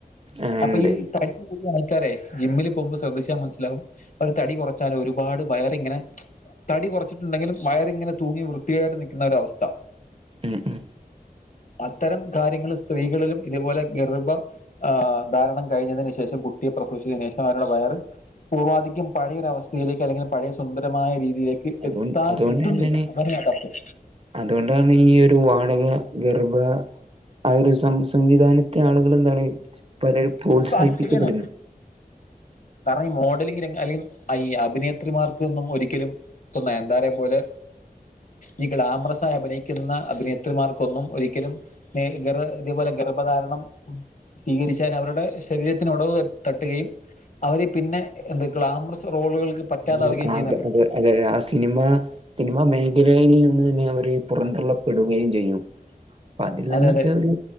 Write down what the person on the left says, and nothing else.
അപ്പൊ ഈ തടികൂടിയ ആൾക്കാരെ ജിമ്മിൽ പോകുമ്പോ ശ്രദ്ധിച്ച മനസ്സിലാകും അവർ തടി കുറച്ചാലും ഒരുപാട് വയറിങ്ങനെ തടി കുറച്ചിട്ടുണ്ടെങ്കിലും വയറിങ്ങനെ തൂങ്ങി വൃത്തിയേടായിട്ട് നിൽക്കുന്ന ഒരു അവസ്ഥ
അത്തരം കാര്യങ്ങൾ സ്ത്രീകളിലും ഇതുപോലെ ഗർഭ ആഹ് ധാരണം കഴിഞ്ഞതിനു ശേഷം കുട്ടിയെ പ്രസവിച്ചതിനു ശേഷം അവരുടെ വയറ് പൂർവാധിക്യം പയയൊരവസ്ഥയിലേക്ക് അല്ലെങ്കിൽ പഴയ സുന്ദരമായ രീതിയിലേക്ക്
എത്താൻ
എത്തുന്നില്ല
അതാണ് യാഥാർഥ്യം
അപ്പൊ അത് ശരിയാണ് കാരണം ഈ മോഡലിംങ് രംഗം അല്ലെങ്കിൽ ഈ അയ് അഭിനേത്രിമാർക്കൊന്നും ഒരിക്കലും പ്പൊ നയന്താരെ പോലെ ഈ ഗ്ലാമറസായി അഭിനയിക്കുന്ന അഭിനേത്രിമാർക്കൊന്നും ഒരിക്കലും ഈ ഗർ ഇതേപോലെ ഗർഭധാരണം സ്വീകരിച്ചാൽ അവരുടെ ശരീരത്തിന് ഉടവ് ത തട്ടുകയും അവര് പിന്നെ എന്ത് ഗ്ലാമറസ് റോളുകൾക്ക് പറ്റാതാവുകയും
ചെയ്യുന്നുണ്ട്?
അതെ അതെ